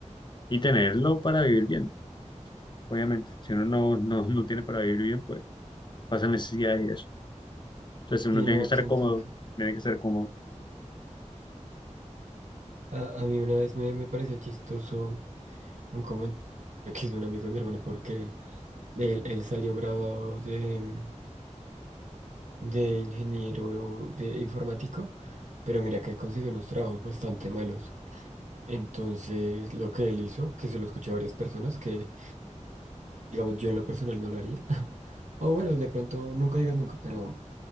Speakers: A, on the left; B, on the right.
A: y tenerlo para vivir bien, obviamente. Si uno no, no, no tiene para vivir bien, pues pasa necesidades y eso. Entonces si uno
B: Sí,
A: tiene
B: no,
A: que estar
B: siento
A: cómodo,
B: que
A: tiene que estar cómodo.
B: a, a mí una vez me, me pareció chistoso un comentario que hizo un amigo de mi hermano porque él, él salió graduado de, de ingeniero de informático, pero mira que consiguió unos trabajos bastante malos. Entonces, lo que él hizo, que se lo escuché a varias personas, que digamos yo en lo personal no lo haría. <laughs> O bueno, de pronto nunca digas nunca, pero, bueno,